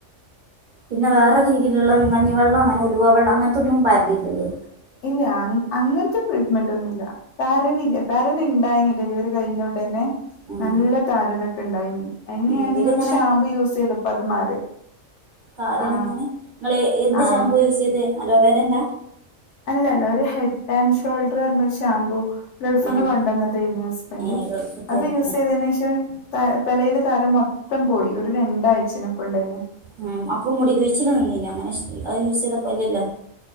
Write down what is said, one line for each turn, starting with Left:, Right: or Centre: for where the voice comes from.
Right: പിന്നെ വേറെ രീതിയിലുള്ള കഞ്ഞിവെള്ളം അങ്ങനെ ഉലുവ വെള്ളം അങ്ങനത്തൊന്നും പയരുന്നില്ലല്ലേ?
Left: ഇല്ല അങ്ങ് അങ്ങനത്തെ ട്രീറ്റ്മെന്റ്ന്നുല്ല്യ. തരനില്ല തരൻണ്ടായിനി ഡെലിവറി കഴിഞ്ഞ ഉടന്നെ
Right: ഉം
Left: നല്ല താരനൊക്കെ ഇണ്ടായിനി അയിന് ഞാനീ
Right: എന്തേലും ഇങ്ങനെ
Left: ഒരു ഷാമ്പൂ യൂസ്യ്തപ്പോ അത് മാറി.
Right: തരാനെങ്ങനേ
Left: ആ
Right: നിങ്ങള് എന്ത്
Left: ആ
Right: ഷാമ്പൂ യൂസ് ചെയ്ത് അലോവേരന്റാ
Left: അല്ലല്ല ഒരു ഹെഡ് ആൻഡ് ഷോൾഡറ് പറഞ്ഞ ഒരു ഷാമ്പൂ. ഗൾഫ്ന്ന്
Right: ആഹ്
Left: കൊണ്ടോന്നതേന്യൂ ഹസ്ബൻഡ്
Right: ഏഹ് ഗൾഫത്തായിരിക്കൂല്ലേ
Left: അത് യൂസ് ചെയ്തനേഷം ത തലയില് താരം മൊത്തം പോയി ഒരു രണ്ടാഴ്ചനെ കൊണ്ട്ന്നെ.
Right: ഉം അപ്പോൾ മുടി കഴിച്ചിൽ നിന്നീനി അങ്ങനെ അത് യൂസ് യ്തപ്പോ ഇല്ലല്ലോ?